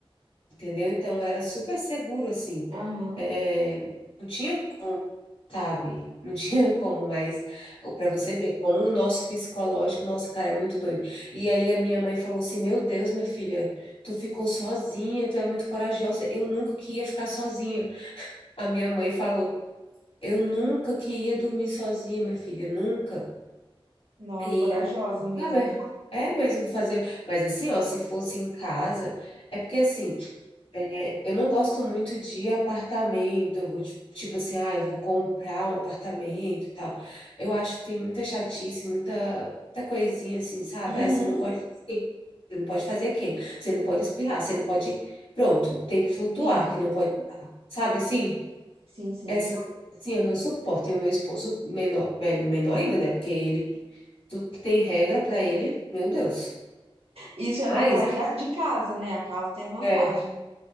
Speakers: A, on the left; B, on the right.
A: entendeu? Então era super seguro, assim.
B: Aham.
A: É, não tinha sabe? Não <laughs> tinha como, mas para você ver como o nosso psicológico, nossa, cara, é muito doido. E aí a minha mãe falou assim: Meu Deus, minha filha, tu ficou sozinha, tu é muito corajosa. Eu nunca que ia ficar sozinha. A minha mãe falou: Eu nunca que ia dormir sozinha, minha filha, nunca.
B: Nossa,
A: E
B: corajosa
A: eu digo,
B: mesmo,
A: ah, mas-
B: né?
A: é, mas eu vou fazer. Mas assim, ó, se fosse em casa, é porque assim. É, eu não gosto muito de apartamento, eu vou, ti- tipo assim, ah, eu vou comprar um apartamento e tal. Eu acho que tem muita chatice, muita, muita coisinha assim, sabe?
B: Uhum.
A: Ah, você não pode fazer, isso, você não pode fazer aquilo, você não pode espirrar, você não pode. Pronto, tem que flutuar,
B: Sim,
A: que não pode andar. Sabe assim?
B: sim, sim.
A: Essas coisas assim eu não suporto. E o meu esposo menor, me- menor ainda, né? Porque ele, tudo que tem regra para ele, meu Deus.
B: Isso
A: Mas.
B: é a vantagem da, Mas, de casa, né? A casa tem a vantagem.
A: é,